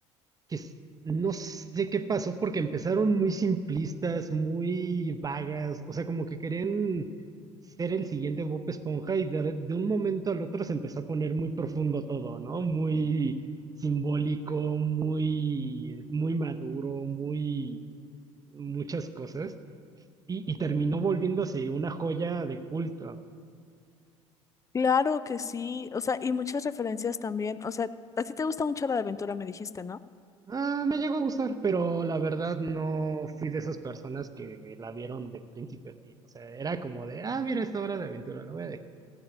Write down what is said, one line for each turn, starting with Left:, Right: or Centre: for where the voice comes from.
Right: que s- no sé qué pasó porque empezaron muy simplistas, muy vagas, o sea, como que querían ser el siguiente Bob Esponja y de, re- de un momento al otro se empezó a poner muy profundo todo, ¿no? Muy simbólico, muy, muy maduro, muy muchas cosas y, y terminó volviéndose una joya de culto.
Left: Claro que sí, o sea, y muchas referencias también, o sea, a ti te gusta mucho la de aventura, me dijiste, ¿no?
Right: Ah, me llegó a gustar, pero la verdad no fui de esas personas que la vieron de principio a fin. O sea, era como de, ah, mira esta hora de aventura, la voy a dejar.